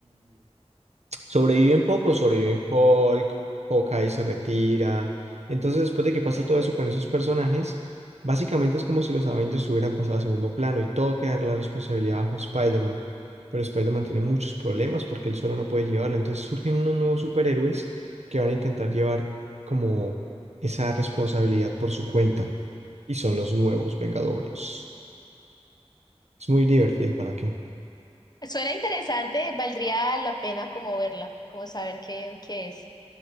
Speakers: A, on the right (about 75°); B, on the left (about 35°).
A: Sobreviven pocos, sobreviven Hulk, Hawkeye se retira. Entonces, después de que pasa todo eso con esos personajes, básicamente es como si los Avengers hubieran pasado a segundo plano y todo queda la responsabilidad bajo Spider-Man. Pero Spider-Man tiene muchos problemas porque él solo no puede llevarla. Entonces surgen unos nuevos superhéroes que van a intentar llevar como esa responsabilidad por su cuenta. Y son los nuevos Vengadores. Es muy divertida, ¿para qué?
B: Suena interesante, valdría la pena como verla, como saber qué, qué es.